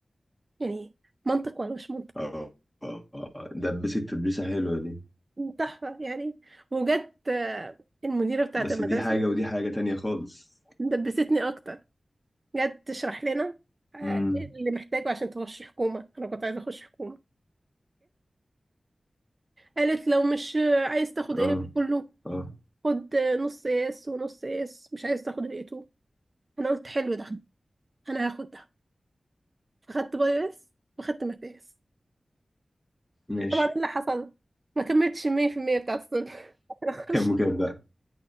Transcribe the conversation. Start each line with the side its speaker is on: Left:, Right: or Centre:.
Right: يعني منطق ولا مش منطق
Centre: آه آه، آه. دبست تدبيسة حلوة دي
Right: تحفه يعني وجت آه، المديره بتاعه
Centre: بس
Right: المدرسه
Centre: دي حاجة ودي حاجة تانية خالص
Right: دبستني اكتر جت تشرح لنا آه،
Centre: مم.
Right: إيه اللي محتاجه عشان تخش حكومه انا كنت عايزه اخش حكومه قالت لو مش عايز تاخد
Centre: آه
Right: قلب كله
Centre: آه
Right: خد نص قياس ونص قياس مش عايز تاخد الايتو انا قلت حلو ده انا هاخد ده فخدت بايوس وخدت ماتياس
Centre: ماشي
Right: طبعا إيه اللي حصل ما كملتش المية في المية بتاعت الصنف <laughs> انا خش
Centre: كام وكام بقى؟